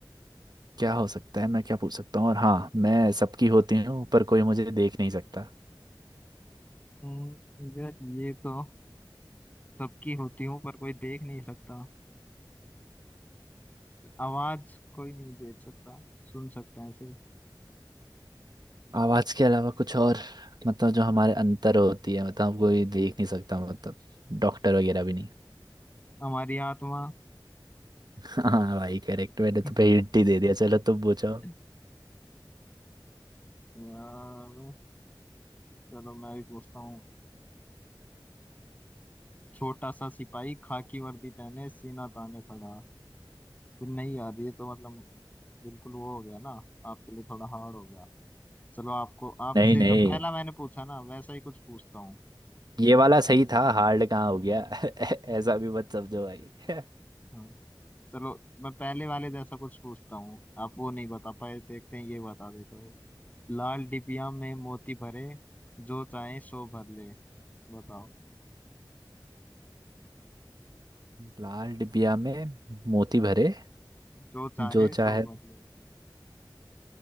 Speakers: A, on the right; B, on the left.
A: क्या हो सकता है मैं क्या पूछ सकता हूँ और हाँ मैं सबकी होती हूँ पर कोई मुझे देख नहीं सकता
B: हम्म, यार ये तो सबकी होती हूँ पर कोई देख नहीं सकता आवाज कोई नहीं देख सकता सुन सकता है सिर्फ
A: आवाज के अलावा कुछ और मतलब जो हमारे अंतर होती है मतलब कोई देख नहीं सकता मतलब डॉक्टर वगैरह भी नहीं
B: हमारी आत्मा
A: हाँ भाई करेक्ट मैंने
B: <laughs>
A: तुम्हें हिंट ही दे दिया चलो तुम पूछो
B: हम्म, यार चलो मैं भी पूछता हूँ छोटा सा सिपाही खाकी वर्दी पहने सीना ताने खड़ा फिर नहीं यार ये तो मतलब बिल्कुल वो हो गया ना आपके लिए थोड़ा हार्ड हो गया चलो आपको आपसे
A: नहीं नहीं
B: जो पहला मैंने पूछा ना वैसा ही कुछ पूछता हूँ
A: ये वाला सही था हार्ड कहाँ हो गया <laughs> ऐसा भी मत समझो भाई <laughs>
B: हाँ। चलो मैं पहले वाले जैसा कुछ पूछता हूँ आप वो नहीं बता पाए देखते हैं ये बता देते हो लाल डिबिया में मोती भरे जो चाहे सो भर ले बताओ
A: लाल डिबिया में मोती भरे
B: जो चाहे
A: जो चाहे
B: सो भर ले